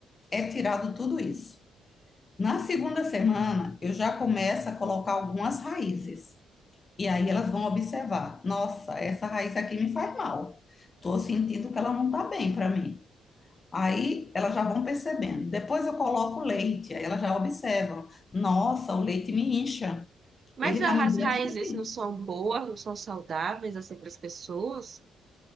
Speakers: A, on the left; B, on the right.
A: É tirado tudo isso. Na segunda semana, eu já começo a colocar algumas raízes. E aí elas vão observar: nossa, essa raiz aqui me faz mal. Estou sentindo que ela não está bem para mim. Aí elas já vão percebendo. Depois eu coloco o leite, aí elas já observam: nossa, o leite me incha.
B: Mas
A: Ele
B: as
A: já me deixa
B: raízes
A: assim.
B: não são boas, não são saudáveis assim para as pessoas.